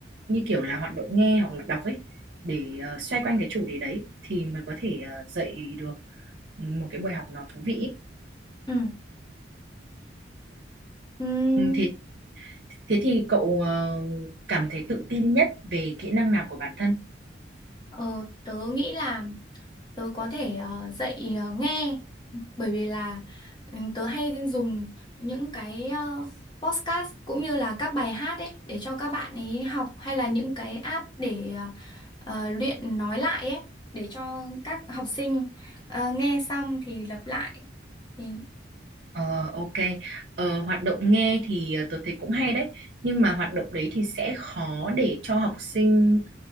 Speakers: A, on the right; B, on the left.
A: như kiểu là hoạt động nghe hoặc là đọc ấy để ờ, xoay quanh cái chủ đề đấy thì mới có thể ờ, dạy được ừ, một cái buổi học nó thú vị ấy.
B: Ừ. Ừm,
A: Ừ, thế thế thì cậu ờ, cảm thấy tự tin nhất về kỹ năng nào của bản thân?
B: ờ, tớ nghĩ là tớ có thể ờ, dạy ờ, nghe, bởi vì là ừ, tớ hay dùng những cái ờ, podcast cũng như là các bài hát ấy để cho các bạn ấy học hay là những cái app để ờ, ờ, luyện nói lại ấy để cho các học sinh ờ, nghe xong thì lặp lại. Thì,
A: Ờ, ok. Ờ, hoạt động nghe thì tôi thấy cũng hay đấy. Nhưng mà hoạt động đấy thì sẽ khó để cho học sinh